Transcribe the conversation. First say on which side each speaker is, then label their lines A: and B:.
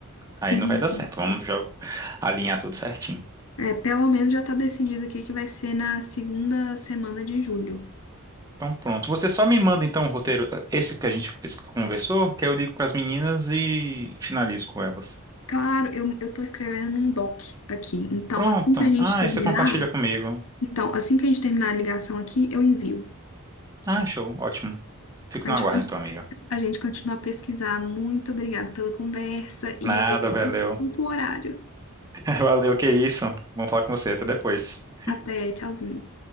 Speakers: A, on the right (about 15°); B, on the left (about 70°).
A: Aí
B: Uhum.
A: não vai dar certo. Vamos já alinhar tudo certinho.
B: É, pelo menos já tá decidido aqui que vai ser na segunda semana de julho.
A: Então pronto. Você só me manda então o roteiro, esse que a gente esse que conversou, que aí eu ligo pras meninas e finalizo com elas.
B: Claro, eu, eu tô escrevendo num doc aqui. Então,
A: Pronto.
B: assim que a gente
A: Ah,
B: terminar.
A: aí você compartilha comigo.
B: Então, assim que a gente terminar a ligação aqui, eu envio.
A: Ah, show. Ótimo. Fico
B: A
A: no
B: gente,
A: aguardo
B: conti-
A: então, amiga.
B: a gente continua a pesquisar. Muito obrigada pela conversa
A: Nada,
B: e olha,
A: valeu.
B: desculpa o horário.
A: <laughs> Valeu, que isso. Vamos falar com você. Até depois.
B: Até, tchauzinho.